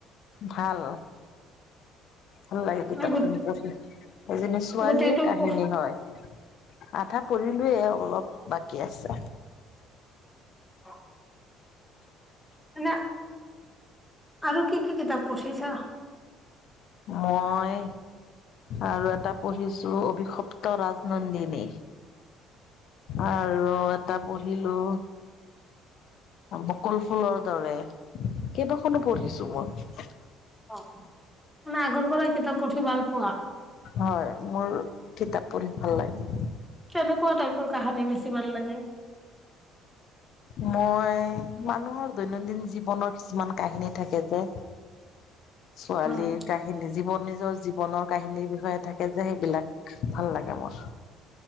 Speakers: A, on the left (about 60°); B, in the centre.
A: ভাল। ভাল লাগে কিতাপখন
B: গো
A: পঢ়ি সেইজনী ছোৱালীৰ
B: গোটেইটো
A: কাহিনী
B: অ'
A: হয়। আধা পঢ়িলোয়ে অলপ বাকী আছে।
B: অ'। মানে, আৰু কি কি কিতাপ পঢ়িছা?
A: মই আৰু এটা পঢ়িছো অভিশপ্ত ৰাজনন্দিনী। আৰু এটা পঢ়িলো বকুল ফুলৰ দৰে, কেইবাখনো পঢ়িছো মই।
B: অ', মানে আগৰ পৰাই কিতাপ পঢ়ি ভাল পোৱা?
A: হয় মোৰ কিতাপ পঢ়ি ভাল লাগে।
B: কেনেকুৱা টাইপৰ কাহানী বেছি ভাল লাগে?
A: মই মানুহৰ দৈনন্দিন জীৱনৰ কিছুমান কাহিনী থাকে যে ছোৱালীৰ
B: হয়।
A: কাহিনী জীৱন নিজৰ জীৱনৰ কাহিনীৰ বিষয়ে থাকে যে সেইবিলাক ভাল লাগে। মোৰ